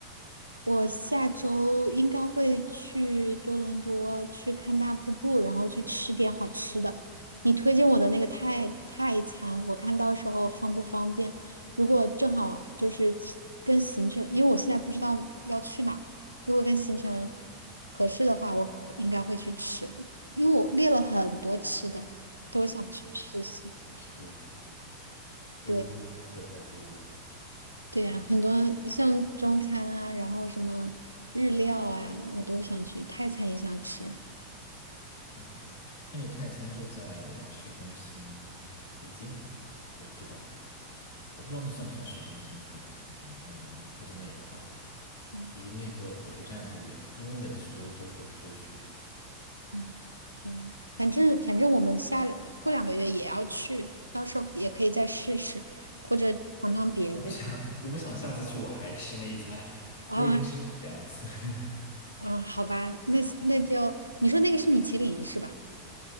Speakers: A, on the right; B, on the left.
A: 我下周应该会去多伦多去看大瀑布，然后去吃点好吃的。你推荐我的那个泰泰餐，我看到时候方不方便？如果正好就是跟行程，因为我现在不知道要去哪儿，如果跟行程合适的话，我应该会去吃，因为我列了很多吃的，都想去试试。
B: 是多伦多好吃的太多了。
A: 对。对呀，很多像中餐啊，然后什么日料啊，我都想去，泰餐也想吃。
B: 嗯哼，那个泰餐就在市中心附近，我不知道，我不知道那算不算市中心附近，反正就在那一块，
A: 嗯
B: 离那个火车站不远。因为我每次去都是坐火车去，
A: 嗯，嗯，反正反正我们下过两个月也要去，到时候也可以再试试，或者尝尝别的。
B: 我不想，我不想下次去我还吃那一家，
A: 啊
B: 我已经吃了两次。<laughs>
A: 啊，好吧，那那就你说那个是米其林是吧？